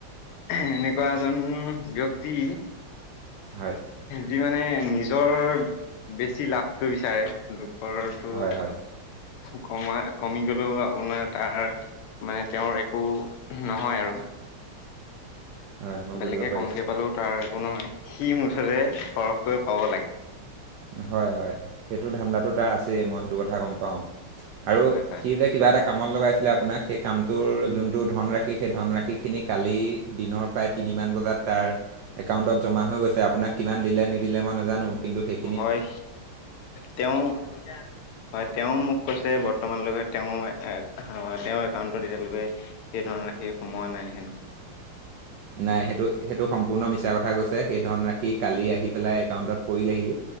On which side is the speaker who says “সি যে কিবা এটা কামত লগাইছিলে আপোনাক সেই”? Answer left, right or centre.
Right